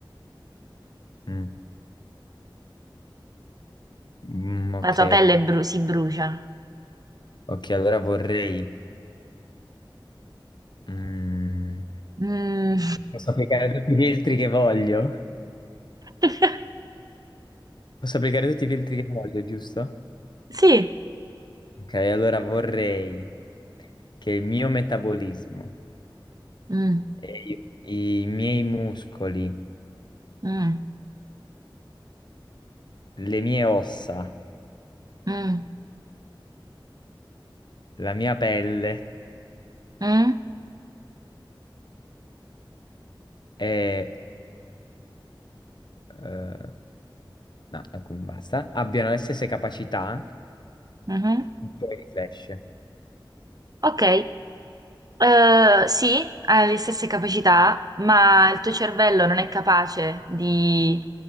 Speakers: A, on the left (about 60°); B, on the right (about 45°).
A: Mm. Mm, ok.
B: La tua pelle bru- si brucia.
A: Ok, allora vorrei... mm,
B: Mm.
A: posso applicare tutti i filtri che voglio?
B: <laughs>
A: Posso applicare tutti i filtri che voglio, giusto?
B: Sì.
A: Ok, allora vorrei che il mio metabolismo,
B: Mm,
A: e i, i miei muscoli,
B: mm,
A: le mie ossa,
B: mm,
A: la mia pelle
B: mm,
A: e... eh, no, ecco, basta, abbiano le stesse capacità
B: mhm.
A: di quelli di Flash.
B: Ok. Eh, sì, hai le stesse capacità, ma il tuo cervello non è capace di,